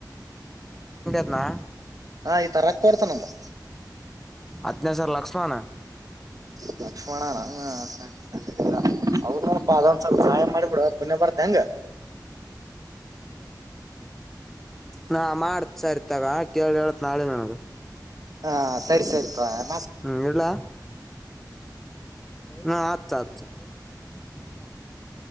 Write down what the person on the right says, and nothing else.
ಹಾ ಈ ತರಕ್ ಕೊಡ್ತಾನಂದು
ಲಕ್ಷ್ಮಣನೆ ಅ ಅದೊಂದ್ ಸ್ವಲ್ಪ ಸಹಾಯ ಮಾಡಿಬಿಡ ಪುಣ್ಯ ಬರ್ತ ಹೆಂಗ
ಹಾ ಸರಿ ಸರಿ ತವಾ